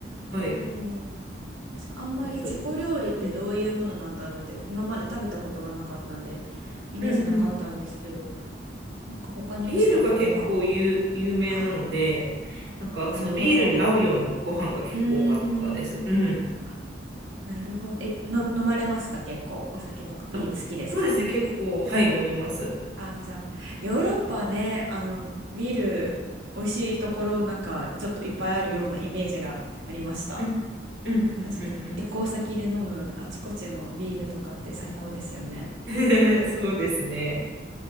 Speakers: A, on the right; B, on the right.
A: なるほど。
B: はい。
A: 確かあんまりチェコ料理ってどういうものなんだろうって今まで食べたことがなかったんで、
B: で、あと、うん、
A: イメージなかったんですけど、
B: うんうん。
A: なんか他に美味しかったご飯。
B: ビールが結構有、有名なので、
A: あ、
B: なんかそのビールに合うようなご飯が結構多かったです。
A: なるほど。うーん。
B: うん。
A: なるほど。え、の、飲まれますか結構。お酒とかビール好きですか
B: あ、そうですね、結構、はい、飲みます。
A: あー、じゃあ、ヨーロッパはね、あの、ビール、美味しいところなんか、ちょっといっぱいあるようなイメージがありました。
B: うん、うん、うん、
A: 確かに。
B: うん、うん。
A: 旅行先で飲むあちこちのビールとかって最高ですよね。
B: <laughs> そうですね。